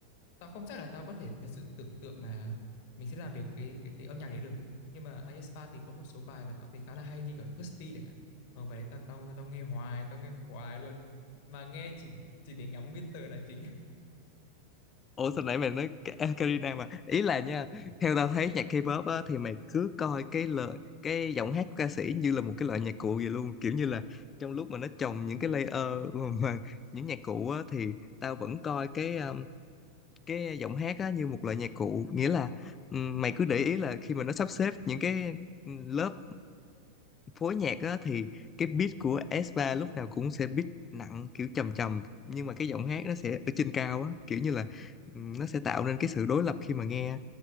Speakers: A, on the left; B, on the left.
A: tao không chắc là tao có thể thật sự tưởng tượng là mình sẽ làm được cái cái cái âm nhạc đấy được nhưng mà aespa thì có một số bài mà tao thấy khá là hay như kiểu Thirsty chẳng hạn ờ bài đấy tao tao tao nghe hoài tao nghe hoài luôn mà nghe chỉ chỉ để ngắm nguyên tờ là chính
B: Ủa sao nãy mày nói Ka- Karina mà ý là nha theo tao thấy nhạc K-pop á, thì mày cứ coi cái lời cái giọng hát của ca sĩ như là một cái loại nhạc cụ vậy luôn kiểu như là trong lúc mà nó trồng những cái layer <laughs> mà, mà những nhạc cụ á, thì tao vẫn coi cái um, cái giọng hát á, như một loại nhạc cụ nghĩa là ừm, mày cứ để ý là khi mà nó sắp xếp những cái ừm, lớp phối nhạc á thì cái beat của S3 lúc nào cũng sẽ beat nặng kiểu trầm trầm nhưng mà cái giọng hát nó sẽ ở trên cao á kiểu như là ừm, nó sẽ tạo nên cái sự đối lập khi mà nghe